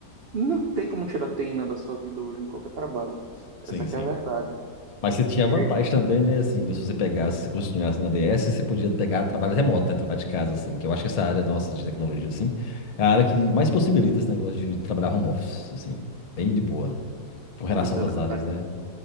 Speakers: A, on the right; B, on the left.
A: não tem como tirar teína da sua vida hoje em qualquer trabalho.
B: Sim,
A: Essa
B: sim.
A: que é a verdade.
B: Mas você tinha
A: E
B: vantagem
A: aí,
B: também, né? Assim, se você pegasse, se continuasse na DS, você podia pegar trabalho remoto, né? Trabalho de casa, assim. Que eu acho que essa área nossa de tecnologia, assim, é a área que mais possibilita esse negócio de trabalhar home office, assim. Bem de boa. Com relação
A: isso
B: a outras
A: é verdade.
B: áreas, né?